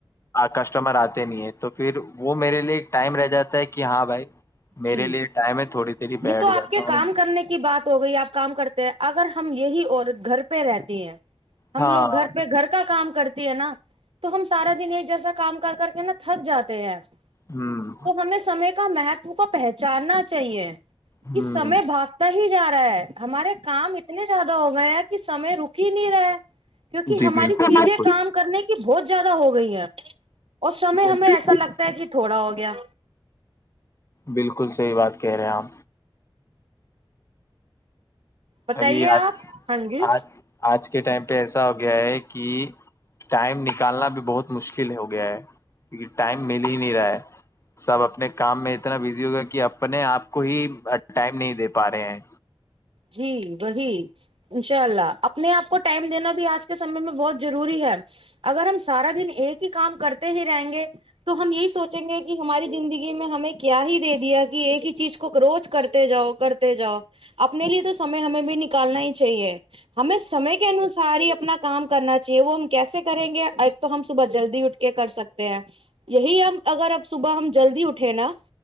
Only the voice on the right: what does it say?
جی
یہ
تو آپ
کے کام
کرنے کی بات ہو گئی آپ کام کرتے ہیں اگر ہم یہی عورت گھر پہ رہتی ہیں ہم
لوگ گھر پہ گھر کا کام کرتے ہے نا تو ہم سارا دن ایک جیسا کام کر کر کے نا تھک جاتے ہیں
تو ہمیں سمے محک کو پہچاننا چاہیے
کہ سمے باگتا ہی جا رہا ہے ہمارے کام اتنے زیادہ ہو گئے ہیں کہ سمے رک ہی نہیں رہا کیونکہ
ہماری
چیزیں
کام کرنے کی بہت زیادہ ہو گئی ہیں اس سمے ہمیں
ایسا لگتا ہے کہ تھوڑا بہت گیا
بتائیے
آپ
ہاں جی
جی وہی انشاء اللہ اپنے آپ کو ٹائم دینا بھی آج کے سمے میں بہت ضروری ہے اگر ہم سارا دن ایک ہی کام کرتے ہی رہیں گے تو ہم یہی سوچیں گے کہ ہماری زندگی میں ہمیں کیا ہی دے دیا کہ ایک ہی چیز کو روز کرتے جاؤ کرتے جاؤ اپنے لیے تو سمے ہمیں بھی نکالنا ہی چاہیے ہمیں سمے کے انوسار ہی اپنا کام کرنا چاہیے وہ ہم کیسے کریں گے ایک تو ہم صبح جلدی اٹھ کے کر سکتے ہیں یہی ہم اگر اب صبح ہم جلدی اٹھیں نا